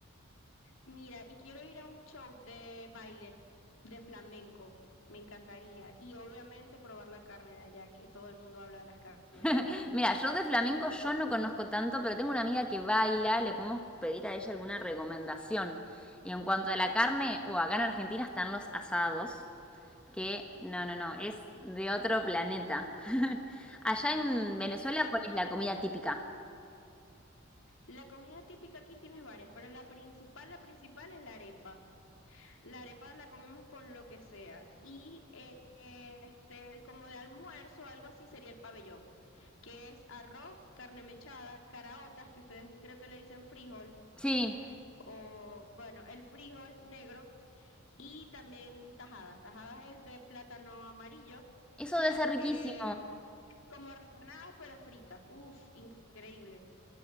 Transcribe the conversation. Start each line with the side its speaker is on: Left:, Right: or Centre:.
Left: Mira, y quiero ir a un show de baile, de flamenco, me encantaría. Y obviamente probar la carne de allá, que todo el mundo habla de las carnes de Argentina.
Centre: <laughs> Mira, yo de flamenco yo no conozco tanto, pero tengo una amiga que baila, le podemos pedir a ella alguna recomendación. Y en cuanto a la carne, o acá en Argentina están los asados, que no, no, no, es de otro planeta. <laughs> Allá en Venezuela,
Left: Ta-
Centre: ¿cuál es la comida típica?
Left: La comida típica aquí tienes varias, pero la principal, la principal es la arepa. La arepa la comemos con lo que sea. Y eh, este, como de almuerzo, algo así sería el pabellón, que es arroz, carne mechada, caraotas, que ustedes creo que le dicen frijol,
Centre: Sí,
Left: o bueno, el frijol negro y también tajadas. Tajadas es de plátano amarillo,
Centre: eso debe ser riquísimo.
Left: eh, como rebanadas pero fritas. Uf, increíble.